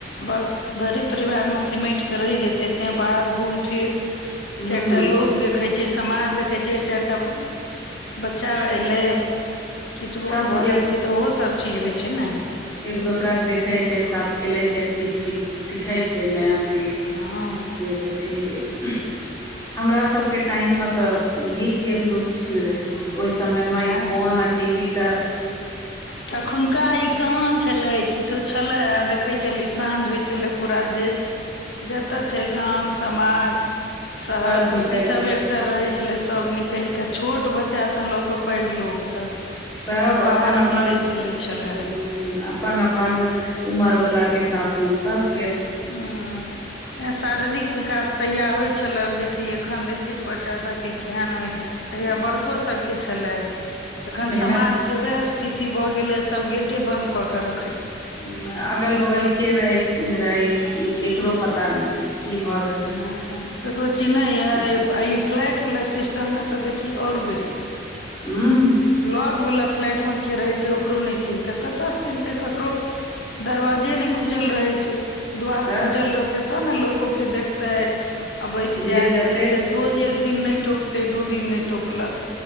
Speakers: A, on the left (about 75°); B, on the left (about 15°).
A: बस घरे परिवार मे सिमेट के रह जेते ते बाहर घूम फिर
B: हूँ
A: चाएर टा लोक देखय छै, समाज देखय छै, चाएर टा बच्चा एलै। किछ भऽ
B: सब एक
A: रहल छै तऽ उहो सब चीज होय छै नै।
B: एक दोसरा के देखय छै साथ खेलय छै तै किछ सीख सिखय छै नया चीज
A: हँ
B: से तऽ छीयै हमरा सबके टाइम मे तै यही खेल धूप रहय। ओय समय मे
A: ने
B: ई फोन आ टी वी तै
A: तखुनका ई कहाँ छलै किछो छलै आ देखय छली साँझ होय छलै पूरा जे जतऽ छै गाम, समाज, शहर,
B: सब
A: बस्ती
B: निकल
A: सबे
B: कऽ
A: तऽ रहै छलै सब निकल कै छोट बच्चाँ स लऽ क पैग लोक तक
B: सब अपन-अपन
A: बाहर मिलै जुलै छलै
B: हुं अपन-अपन उमर बला के साथ मे सब
A: हुं ऐं शारीरिक विकास तहिया होय छलाए बेसी एखेन देखि तऽ बच्चा सब के केहेन होय छै
B: रहे
A: तहिया बड़को सब के छलय हें एखन
B: मेहनत
A: समाज के वैह स्थिति भ गेलय सब गेटे बंद कऽ के रखय छै।
B: उम्म अगल-बगल के रहय छै, रहय केकरो पता नै रहय की भ
A: नै केकरो चीन्हय यै
B: किछु
A: ई फ्लैटबला सिस्टम मे तऽ देखि और बेसी
B: हुं।
A: लग बला फ्लाैट मे के रहय छै ओकरो नै चिन्हतै कतय से चिन्हतै ककरो दरवाजे नै खुजल रहय छै, द्वार
B: तऽ
A: खुजल रहतै त न लोको के देखतै अबैत
B: जे
A: जाएत
B: जतेक
A: चिन्हतै दो एक दिन नै टोकतै दू दिन नै टोकलक